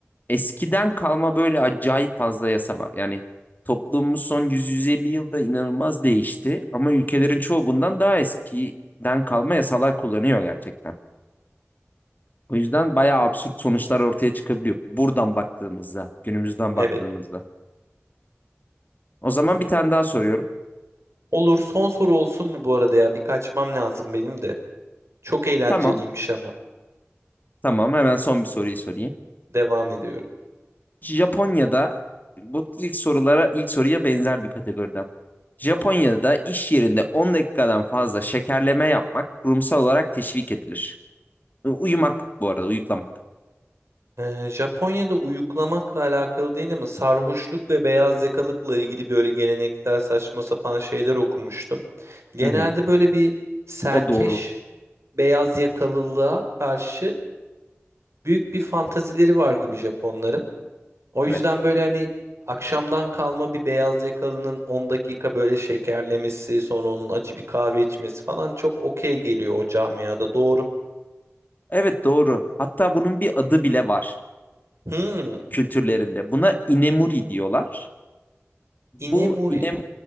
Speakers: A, on the left; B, on the right.
A: eskiden kalma böyle acayip fazla yasa var. Yani toplumumuz son 100-150 yılda inanılmaz değişti. Ama ülkelerin çoğu bundan daha eskiden kalma yasalar kullanıyor gerçekten. O yüzden bayağı absürt sonuçlar ortaya çıkabiliyor. Buradan baktığımızda, günümüzden baktığımızda.
B: Evet.
A: O zaman bir tane daha soruyorum.
B: Olur son soru olsun mu bu arada ya? Bir kaçmam lazım benim de. Çok eğlenceliymiş
A: Tamam,
B: ama.
A: tamam. Hemen son bir soruyu sorayım.
B: Devam ediyorum.
A: Japonya'da bu ilk sorulara ilk soruya benzer bir kategoriden. Japonya'da iş yerinde 10 dakikadan fazla şekerleme yapmak kurumsal olarak teşvik edilir. E, Uyumak bu arada uyuklamak.
B: Ee, Japonya'da uyuklamakla alakalı değil ama sarhoşluk ve beyaz yakalıkla ilgili böyle geleneksel saçma sapan şeyler okumuştum. Genelde
A: Hı hı.
B: böyle bir serkeş
A: O doğru.
B: beyaz yakalılığa karşı büyük bir fantazileri var gibi Japonların. O
A: Evet.
B: yüzden böyle hani akşamdan kalma bir beyaz yakalının 10 dakika böyle şekerlemesi, sonra onun acı bir kahve içmesi falan çok okey geliyor o camiada. Doğru.
A: Evet doğru. Hatta bunun bir adı bile var
B: Hmm,
A: kültürlerinde. Buna inemuri diyorlar. Bu
B: inemuri.
A: inem